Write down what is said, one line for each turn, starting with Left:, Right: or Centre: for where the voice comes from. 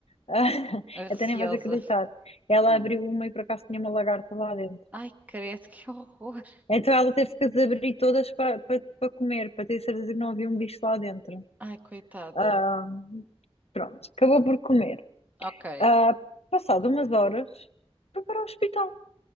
Left: <laughs>
Right: A Receosa.
Left: até nem vais acreditar. Ela
Right: Ah.
Left: abriu uma e por acaso tinha uma lagarta lá dentro.
Right: Ai, credo, que horror.
Left: Então ela teve que as abrir todas para para comer, para ter certeza que não havia um bicho lá dentro.
Right: Ai, coitada.
Left: Ah, pronto, acabou por comer.
Right: Ok.
Left: Ah, passado umas horas, foi para o hospital